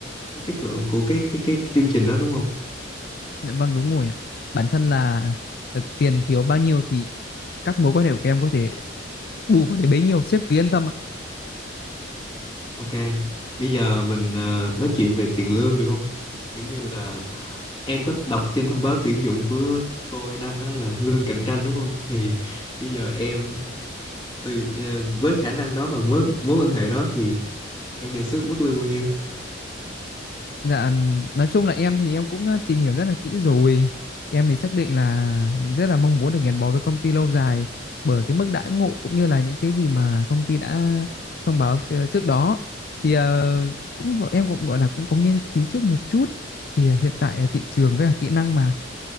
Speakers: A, on the left; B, on the left.
A: cái chất lượng của cái cái cái, cái chương trình đó đúng không
B: dạ vâng đúng rồi ạ bản thân là ờ, tiền thiếu bao nhiêu thì các mối quan hệ của em có thể bù vào đấy bấy nhiêu sếp cứ yên tâm ạ
A: Ok, bây giờ mình ờ, nói chuyện về tiền lương được không? Kiểu như là em có đọc trên thông báo tuyển dụng của tôi đăng á, là lương cạnh tranh đúng không? Thì bây giờ em tùy ờ, với khả năng đó và mối mối quan hệ đó thì em đề xuất mức lương bao nhiêu?
B: Dạ, nói chung là em thì em cũng ờ, tìm hiểu rất là kỹ rồi. Em thì xác định là rất là mong muốn được gắn bó với công ty lâu dài bởi cái mức đãi ngộ cũng như là những cái gì mà công ty đã thông báo phía trước đó. Thì ờ, cũng gọi- em cũng gọi là cũng có nghiên cứu trước một chút. Thì ờ, hiện tại ờ, thị trường với cả kỹ năng mà